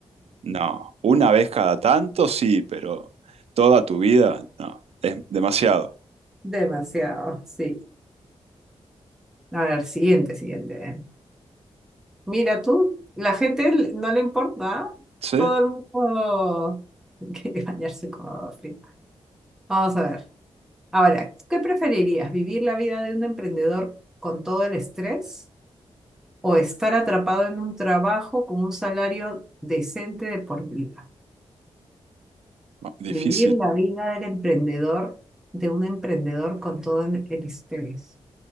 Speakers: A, on the right; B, in the centre.
A: no. Una vez cada tanto, sí, pero toda tu vida, no. Es demasiado.
B: <laughs> Demasiado, sí. A ver, siguiente, siguiente. Mira tú, la gente l- no le importa, ¿ah?
A: Sí,
B: Todo el mundo <laughs> quiere bañarse con agua fría. Vamos a ver. Ahora, ¿qué preferirías? ¿Vivir la vida de un emprendedor con todo el estrés o estar atrapado en un trabajo con un salario decente de por vida?
A: difícil
B: Vivir la vida del emprendedor, de un emprendedor con todo el el estrés.